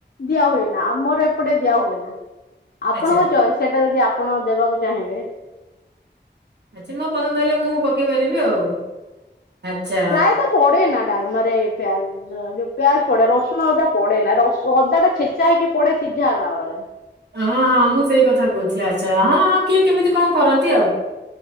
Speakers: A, on the left; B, on the right.
A: ଦିଆ ହୁଏନା ଆମର ଏପଟେ ଦିଆ ହୁଏନା। ଆପଣଙ୍କ
B: ଆଚ୍ଛା
A: ଚଏସ୍ ସେଟା ଯଦି ତା ଆପଣ ଦେବାକୁ ଚାହିଁବେ।
B: ଆଚି ମୋ ପସନ୍ଦ ହେଲେ ମୁଁ ପକେଇ ପାରିବି ଆଉ। ଆଚ୍ଛା
A: ପ୍ରାୟେତ ପଡେନା। ଡାଲମାରେ ପିଆଜ ଯୋଉ ପିଆଚ୍ ପଡେ, ରସୁଣ ଅଦା ପଡେନା ରସୁ ଅଦା ଟା ଛେଚା ହେଇକି ପଡେ ସିଝା ହେଲା ବେଳେ।
B: ହଁ, ହଁ ମୁଁ ସେଇ କଥା କହୁଥିଲି ଆଚ୍ଛା ହଁ, ହଁ କିଏ କେମିତି କଅଁ କରନ୍ତି ଆଉ।